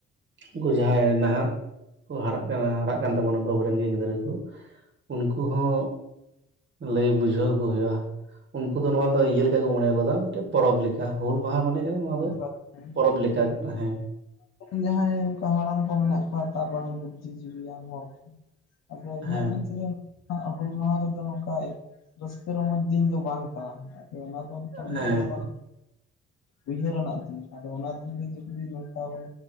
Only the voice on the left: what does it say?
ᱦᱳᱭ
ᱡᱟᱦᱟᱸᱭ ᱚᱱᱠᱟ ᱦᱟᱲᱟᱢ ᱠᱚ ᱢᱮᱱᱟᱜ ᱠᱚᱣᱟ ᱛᱟᱨᱵᱟᱝ ᱵᱩᱫᱽᱫᱷᱤ ᱡᱤᱵᱤᱭᱟᱱ ᱦᱚᱲ ᱠᱚ ᱟᱫᱚ ᱤᱧᱟᱹᱜ
ᱢᱮᱱᱛᱮᱫᱚ ᱟᱜ ᱦᱩᱞ ᱢᱟᱦᱟ ᱨᱮᱫᱚ ᱱᱚᱝᱠᱟ ᱨᱟᱹᱥᱠᱟᱹ ᱨᱚᱢᱚᱡᱽ ᱫᱤᱱ ᱫᱚ ᱵᱟᱝ ᱠᱟᱱᱟ ᱚᱱᱟ ᱫᱚ ᱢᱤᱫᱴᱟᱱ ᱰᱤᱵᱷᱞᱚᱵᱟᱱ
ᱩᱭᱦᱟᱹᱨᱟᱱᱟᱜ ᱫᱤᱱ ᱟᱫᱚ ᱚᱱᱟ ᱫᱤᱱ ᱨᱮ ᱡᱩᱫᱤ ᱱᱚᱝ ᱵᱚᱱ